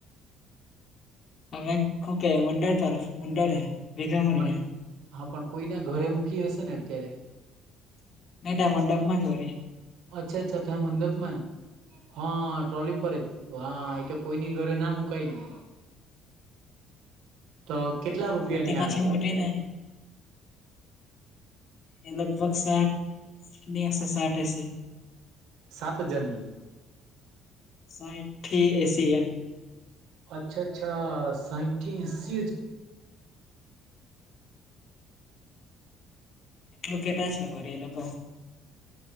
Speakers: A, on the left; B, on the right.
A: હમે શું ક મંડળ તરફ મંડળે. ભેગા
B: હ
A: મળીને
B: મ હા પણ કોઈના ઘરે મૂકી હશે ને અત્યારે.
A: નહીટા મંડપમાં જ હો રે.
B: અચ્છા અચ્છાા મંડપમાન, હા ટ્રોલી પર છે. હા એ તો કોઈની ઘરે ના મુકાય ને, તો કેટલા રૂપિયાની
A: મો તે પાછી
B: આવી
A: મોટી ને, એ વક સાટ નશ સાટ એ છે.
B: સાત હજારન
A: સાઈઠ થી એસી એમ.
B: અચ્છા અચ્છા સાંઠી સી હજાર.
A: એટલું કેટા છે ઘરી એ લોકો.